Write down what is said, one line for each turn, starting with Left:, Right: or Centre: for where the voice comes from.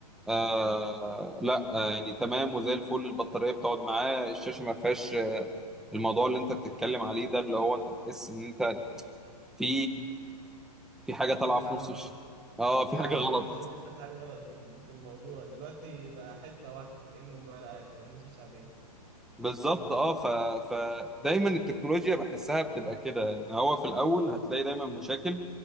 Centre: آه لا آه يعني تمام وزي الفل البطارية بتقعد معاه الشاشة ما فيهاش الموضوع اللي انت بتتكلم عليه ده اللي هو انت تحس ان انت في في حاجه طالعه
Right: في
Centre: في
Right: حاجة
Centre: نص
Right: غلط
Centre: الش... اه في
Right: اه
Centre: حاجه غلط
Right: تحس إن أنت في حاجة غلط في ال- في الموضوع دلوقتي بقى حتة واحدة كأنه موبايل عادي كأنه شاشة عادية
Centre: بالظبط اه ف... فدايما التكنولوجيا بحسها بتبقى كده ان هو في الاول هتلاقي دايما مشاكل